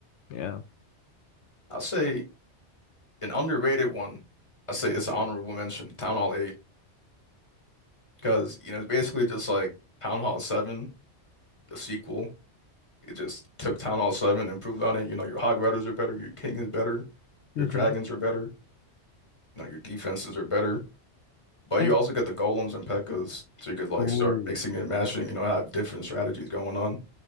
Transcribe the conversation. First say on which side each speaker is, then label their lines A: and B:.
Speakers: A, on the left (about 75°); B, on the left (about 25°).
A: Yeah.
B: I'll say an underrated one, I say it's an honorable mention, Town Hall 8, because you know it's basically just like Town Hall 7, the sequel. It just took Town Hall 7, improved on it. You know, your Hog Riders are better, your King is better, your
A: hmm
B: Dragons are better, you know, your defenses are better. But
A: And
B: you also get the Golems and Pekkas, so you could like
A: Oh.
B: start mixing and mashing. You know, have different strategies going on.